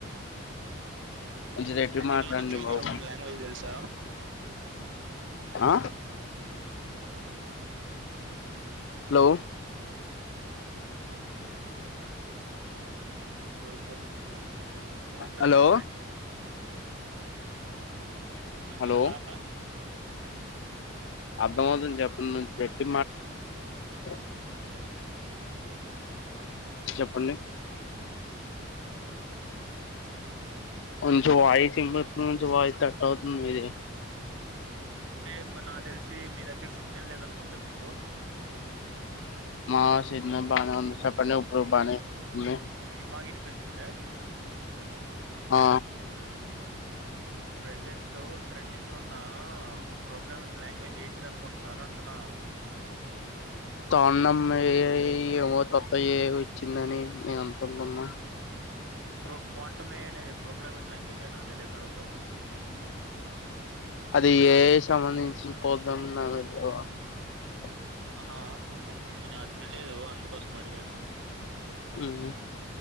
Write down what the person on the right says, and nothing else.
ప్రాబ్లెమ్
ప్రజెంట్
ట్రెండింగ్
లోన్న ప్రోగ్రామింగ్
లాంగ్వేజ్ తెలుసా ఎ <inaudible>
ప్రోగ్రాంగ్ లాంగ్వేజ్ గురించి ప్రెజెంట్
ట్రెండింగ్ అర్థం
కాదు
ప్రజెంట్ లో ఉన్న ప్రోగ్రామింగ్
లాంగ్వేజ్ ఏంటిది
అంటే మరి నాకు తెలిసి మీ దగ్గర సిగ్నల్ లేదనుకుంట మీకు
ఇది బాగా వినిపిస్తుందా
ప్రజెంట్ ట్రెండింగ్లో ఉన్న ప్రోగ్రామింగ్ లాంగ్వేజ్ ఏంటిది అనుకుంటున్నారు అంటున్నా
ప్రో క్వాంటమ అనేది ప్రోగ్రామింగ్ లాంగ్వేజేన నాకు తెలియక అడగుత
ఆహా అంటే నాకు తెలీదు అందుకోసం అడిగాను